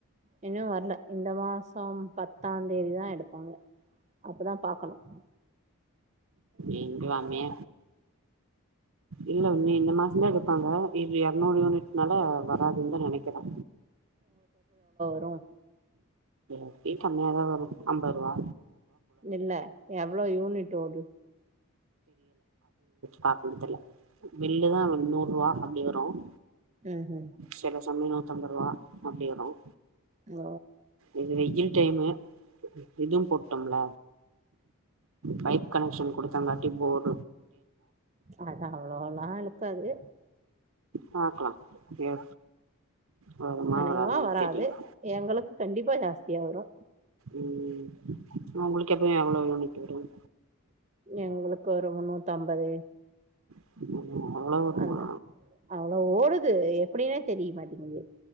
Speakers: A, on the right; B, on the right.
A: இன்னு வர்ல இந்த மாசம் பத் பத்தாம் தேதிதான் எடுப்பாங்க அப்பதான் பாக்கணும்
B: எங்கையாமே இல்ல இந்த மாசம்தான் எடுப்பாங்க இரநூறு யூனிட் நல்லா வராதுன்னுதா நெனைக்கிறே
A: உம்
B: எப்பையும் கம்மியாதான் வரும் ஐம்பது ரூபா
A: இல்ல எவ்ளோ யூனிட் ஓடு
B: பாப்புன்னு தெரியல பில்லுதான் நூறு ரூபா அப்டி வரும்
A: ம் ம்
B: சில சமயம் நூத்தம்பது ரூவா அப்படி வரும்
A: ஓ
B: இது வெயில் டைமு இதுவும் போட்டோம்ல பைப் கனெக்ஷன் கொடுத்தாங்காட்டி போட்
A: அதான் அவ்வளோலா இல்ல இருக்காது
B: பாக்கலாம் சரியா வருமா
A: அநேகமா
B: வராதான்னு
A: வராது
B: தெரியும்
A: எங்களுக்கு கண்டிப்பா ஜாஸ்தியா வரு
B: உம் உங்களுக்கு எப்பயும் எவ்வளவு யூனிட் வரும்
A: எங்களுக்கு ஒரு முன்னூத்தம்பது
B: <unintelligible> வருமா
A: அந்த அவ்வளவு ஓடுது எப்படின்னா தெரிய மாட்டேங்குது